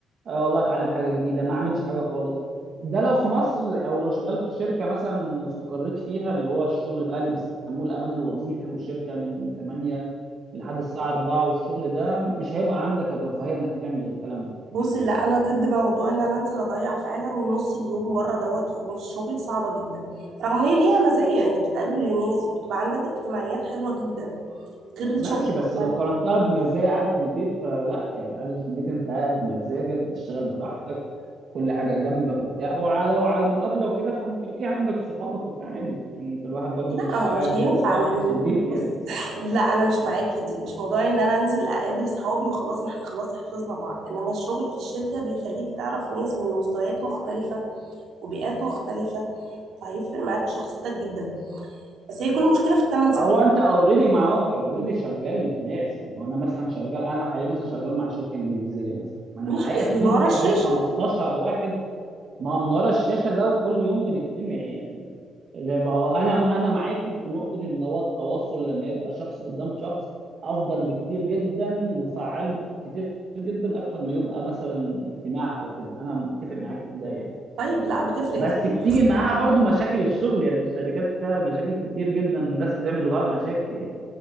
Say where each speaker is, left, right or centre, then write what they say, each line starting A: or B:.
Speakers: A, on the right; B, on the right.
A: آه والله اتعلم حاجه جديده ما اعملش حاجه خالص ده لو في مصر او لو شغال في شركه مثلا واستقريت فيها اللي هو الشغل بقى اللي بيسموه الامان الوظيفي والشركه من 8 لحد الساعه 4 والشغل ده مش هيبقى عندك الرفاهيه انك تعمل الكلام ده
B: بصي لا انا ضد موضوع ان انا انزل اضيع فعلا نص اليوم بره دوت في الشغل صعبه جدا رغم ان هي ليها مزايا انت بتقابل ناس وبتبقى عندك اجتماعيات حلوه جدا غير الشغل
A: ماشي
B: الاونلاين
A: بس لو قارنتها بمزايا قعدة البيت فلا يعني قعدة البيت انت قاعد بمزاجك بتشتغل براحتك كل حاجة جنبك وبتاع وعلى وعلى المقابلة وكده فانت اوكي عندك صحابك وبتاع عادي يعني الواحد برضو
B: لا
A: مش قاعد
B: مش هينفع
A: متوحد
B: ما هي-
A: في البيت يعني
B: بص <laughs> لا انا مش معاك في دي مش موضوع ان انا انزل اقابل صحابي وخلاص ما احنا خلاص حفظنا بعض انما الشغل في الشركه بيخليك تعرف ناس من مستويات مختلفه وبيئات مختلفه فهيفرق معاك شخصيتك جدا بس هي كل المشكله في الثمان ساعات
A: هو انت اوريدي ما هو انت اوريدي شغال مع ناس يعني وانا مثلا شغال انا حاليا مثلا شغال مع شركة انجليزية مثلا ما انا
B: ماشي
A: معايا
B: بس
A: تيم
B: من ورا
A: فيه
B: الشاشه
A: حوالي 15 واحد ما من ورا الشاشه ده وكل يوم بنجتمع يعني اللي بقى- انا انا معاكي في نقطه ان هو التواصل لما يبقى شخص قدام شخص افضل بكتير جدا وفعال بكتير جدا اكتر ما يبقى مثلا اجتماع او كده انا متفق معاكي في ده يعني
B: طيب لا بتفرق
A: بس
B: كتير
A: بتيجي معاها برضو مشاكل الشغل يعني الشركات فيها مشاكل كتير جدا الناس بتعمل لبعض مشاكل يعني